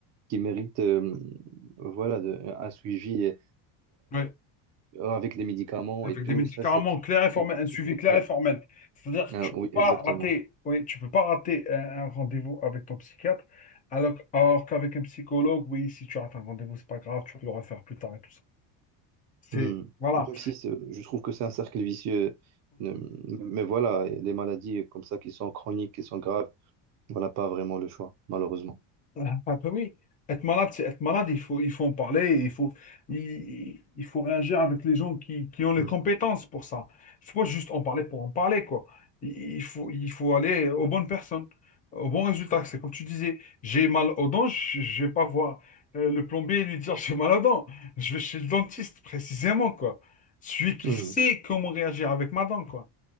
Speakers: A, on the right; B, on the left.
A: qui méritent euh, voilà, de- un suivi euh,
B: Ouais.
A: euh, avec les médicaments
B: Avec
A: et tout.
B: des médicaments
A: Ça, c'est.
B: clairs et formels,
A: c'est-
B: un suivi clair
A: Oui,
B: et formel. C'est-à-dire que
A: Ah,
B: tu peux
A: oui,
B: pas
A: exactement.
B: rater, oui, tu peux pas rater un, un rendez-vous avec ton psychiatre, alors, alors qu'avec un psychologue, oui, si tu rates un rendez-vous, c'est pas grave, tu peux le refaire plus tard et tout ça. C'est,
A: Hmm.
B: voilà.
A: Même si c'est- je trouve que c'est un cercle vicieux. Euh, Mais voilà, il y a des maladies comme ça qui sont chroniques, qui sont graves, on n'a pas vraiment le choix, malheureusement.
B: Ah, ah, bah oui, être malade, c'est être malade, il faut, il faut en parler, il faut, il, il faut réagir avec les gens qui, qui ont les
A: Hmm.
B: compétences pour ça. Il faut pas juste en parler pour en parler, quoi. Il, il faut, il faut aller aux bonnes personnes, aux bons résultats. C'est comme tu disais, j'ai mal aux dents, je, je vais pas voir euh, le plombier et lui dire j'ai mal aux dents. Je vais chez le dentiste, précisément, quoi. Celui qui
A: Hmm.
B: sait comment réagir avec ma dent, quoi.